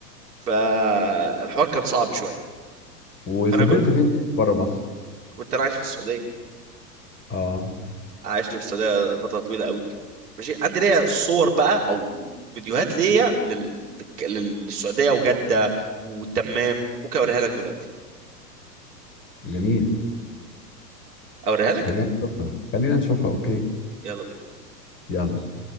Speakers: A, on the right (about 65°); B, on the left (about 25°).
A: فالحوار كان صعب شويه
B: وسافرت
A: فانا كو-
B: فين تاني بره مصر؟
A: كنت انا عايش في السعوديه
B: اه
A: عشت في السعوديه فتره طويله قوي ماشي عندي ليا صور بقى او فيديوهات ليا لل... للسعوديه وجده والدمام ممكن اوريها لك دلوقتي
B: جميل
A: اوريها لك
B: خلينا نشوفها خلينا نشوفها اوكي
A: يلا بينا
B: يلا